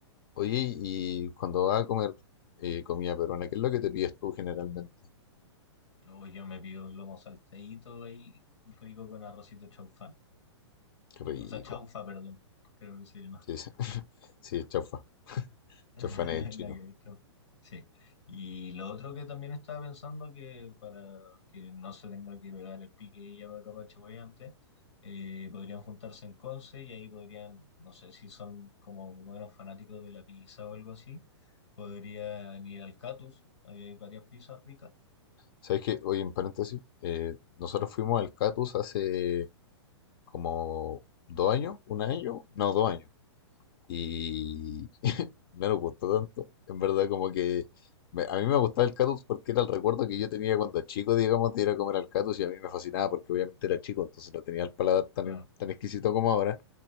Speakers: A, on the left; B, on the left.
A: Oye, y cuando vas a comer eh, comida peruana, ¿qué es lo que te pides tú generalmente?
B: Luego yo me pido un lomo saltadito ahí, rico con arrocito chaufán.
A: Qué rico.
B: O sea, chaufa, perdón, creo que se llama.
A: Sí, sí, <laughs> sí, chaufa. Chaufa
B: <laughs> Nada
A: en el chino.
B: que ver, chao. Sí. Y lo otro que también estaba pensando que para que no se tenga que pegar el pique ella para acá para Chihuahua antes, eh, podrían juntarse en Conce y ahí podrían, no sé si son como buenos fanáticos de la pizza o algo así, podrían ir al Catus, ahí hay varias pizzas ricas.
A: ¿Sabes qué? Oye, en paréntesis, eh, nosotros fuimos al Catus hace como dos años, un año, no, dos años. y <laughs> no nos gustó tanto. En verdad, como que me- a mí me gustaba el Catus porque era el recuerdo que yo tenía cuando chico, digamos, de ir a comer al Catus y a mí me fascinaba porque obviamente era chico, entonces no tenía el paladar tan,
B: Bueno,
A: tan exquisito como ahora.